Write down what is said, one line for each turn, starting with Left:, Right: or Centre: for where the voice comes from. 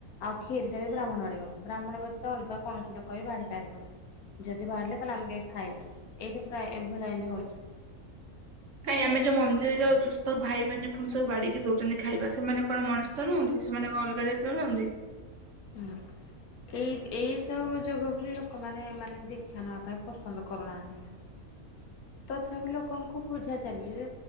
Left: ଆଉ କ୍ଷୀରି ଟା ବି ବ୍ରାହ୍ମଣ ବାଢ଼ିବ। ବ୍ରାହ୍ମଣ ବ୍ୟତୀତ ଅଲଗା କୌଣସି ଲୋକବି ବାଢି ପାରିବନି। ଯଦି ବାହାରିଲେ ତାହେଲେ ଆମେ ଯାଇ ଖାଇବା। ଏଇଠି ପ୍ରାୟ ଏ ଭଳିଆ ଏମତି ହଉଚି।
Right: କାଇଁ ଆମେ ଯୋଉ ମନ୍ଦିର ଯାଉଚୁ ସବୁ ଭାଇ ମାନେ ପୁଣି ସବୁ ବାଢିକି ଦଉଛନ୍ତି ଖାଇବା ସେମାନେ କଣ ମଣି ଷ ନୁହନ୍ତି ସେମାନେ କଣ ଅଲଗା ଯାତିର ନାହନ୍ତି।
Left: ହୁଁ। ଏଇ ଏଇ ସବୁ ଯୋଗ ବୋଲି ଲୋକମାନେ ମାନେ ଦୀକ୍ଷା ନେବା ପାଇଁ ପସନ୍ଦ କରୁନାହାନ୍ତି। ତଥାପି ଲୋକଙ୍କୁ ବୁଝା ଚାଲେ ଯେ